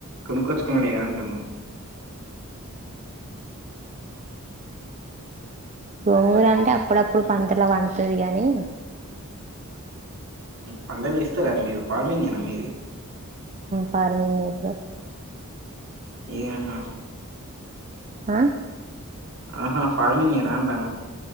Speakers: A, on the right; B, on the right.
A: కొనుక్కొచ్చుకోండి అంటున్నా
B: గోంగూలు అంటే అప్పుడప్పుడు పంటలా వడుతుది గాని
A: పండలు ఇస్తారా మీరు ఫార్మింగ్ ఏ అది
B: ఫార్మింగ్ ఎప్పుడు
A: ఏయాహా
B: ఆ
A: ఆహా ఫార్మింగ్ ఏనా అంటానా